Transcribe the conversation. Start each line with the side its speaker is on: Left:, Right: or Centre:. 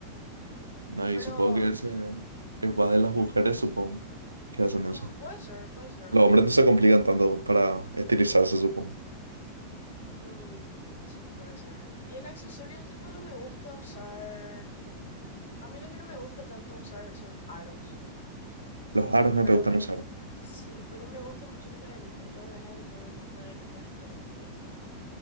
Right: No, y
Left: Pero,
Right: supongo que ese es más de las mujeres, supongo, que hacen eso.
Left: mm, puede ser, puede ser.
Right: Los hombres no se complican tanto para estilizarse, supongo.
Left: Mm, sí, puede ser. Y en accesorios, tipo, no me gusta usar, a mí lo que no me gusta tanto usar son aros.
Right: Los aros no
Left: Pero
Right: te gustan
Left: me,
Right: usar.
Left: sí, pero me gustan mucho las cadenitas. Tengo ganas de comprarme más cadenitas y anillos también.